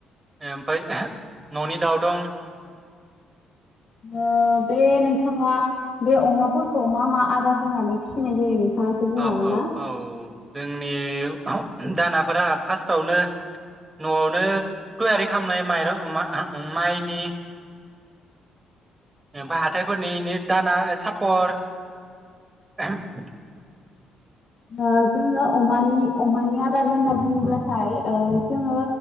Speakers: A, on the right; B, on the left.
A: ओमफ्राय <unintelligible> न'नि दाउ दं
B: ओ बे नोंथाङा बे अमाफोरखौ मा मा आदार होनानै फिसिनाय जायो? एसे बुंनो
A: औ
B: हागोन
A: औ
B: ना?
A: औ जोंनि <unintelligible> दानाफोरा फार्स्टावनो न'आवनो थयारि खालामनाय माइरं मा माइनि ओमफाय हाथायफोरनि दाना सापर <unintelligible>
B: ओ जोङो अमानि अमानि आदार होनना बुङोब्लाथाय ओ जोङो